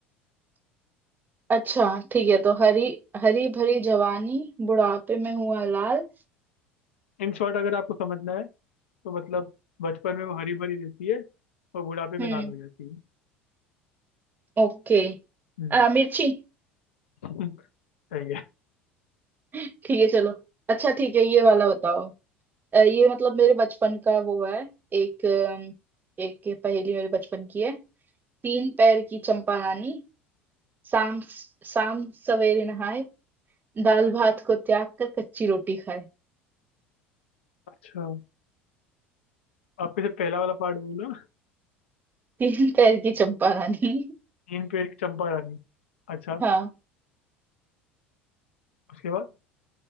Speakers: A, on the right; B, on the left.
A: अच्छा ठीक है तो हरी हरी भरी जवानी बुढ़ापे में हुआ लाल
B: इन शॉर्ट अगर आपको समझना है तो मतलब बचपन में वो हरी भरी रहती है और बुढ़ापे में
A: हम्म
B: लाल हो जाती है
A: ओके
B: हम्म,
A: आ, मिर्ची
B: <laughs> सही है
A: ठीक है चलो अच्छा ठीक है ये वाला बताओ अ, ये मतलब मेरे बचपन का वो है एक अम, एक पहेली मेरे बचपन की है तीन पैर की चंपा रानी शाम शाम सवेरे नहाए दाल भात को त्याग कर कच्ची रोटी खाए
B: अच्छा आपके से पहला वाला पार्ट बोला
A: तीन पैर की चंपा रानी
B: तीन पेड़ की चंपा रानी अच्छा
A: हाँ
B: उसके बाद